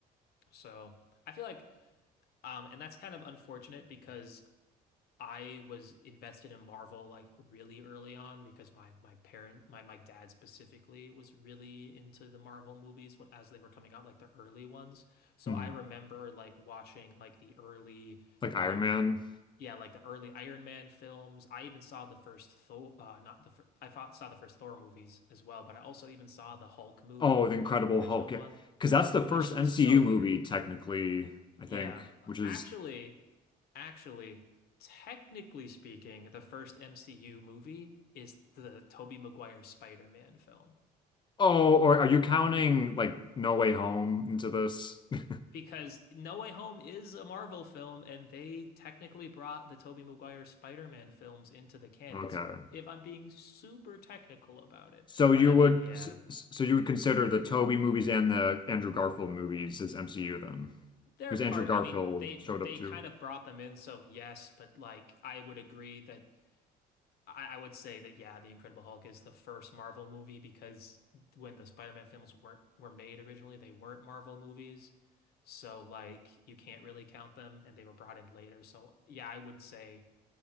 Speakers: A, on the left (about 70°); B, on the left (about 25°).
A: So I feel like, um, and that's kind of unfortunate because I was invested in Marvel like really early on because my my parent my my dad specifically was really into the Marvel movies wh- as they were coming out like the early ones. So
B: hmm
A: I remember like watching like the early
B: Like Iron
A: um
B: Man.
A: yeah like the early Iron Man films. I even saw the first Thor uh not the fir I thought, saw the first Thor movies as well, but I also even saw the Hulk movie
B: Oh,
A: like
B: the Incredible
A: the original
B: Hulk. Yeah.
A: one,
B: Because that's the first
A: which
B: MCU
A: is so weird.
B: movie, technically, I think,
A: Yeah.
B: which is.
A: Actually, Actually, technically speaking, the first MCU movie is the Tobey Maguire Spider-Man film.
B: Oh, or are you counting like No Way Home into this? <laughs>
A: Because No Way Home is a Marvel film, and they technically brought the Tobey Maguire Spider-Man films into the canon.
B: Okay.
A: So if I'm being super technical about it,
B: So
A: but
B: you
A: I
B: would
A: mean, yeah,
B: s- s- so you would consider the Tobey movies and the Andrew Garfield movies as MCU then?
A: they're
B: Because
A: part.
B: Andrew Garfield
A: I mean, they
B: showed
A: they
B: up too.
A: kind of brought them in. So yes, but like I would agree that I, I would say that yeah, The Incredible Hulk is the first Marvel movie because when the Spider-Man films weren't were made originally, they weren't Marvel movies. So like you can't really count them and they were brought in later. So yeah, I would say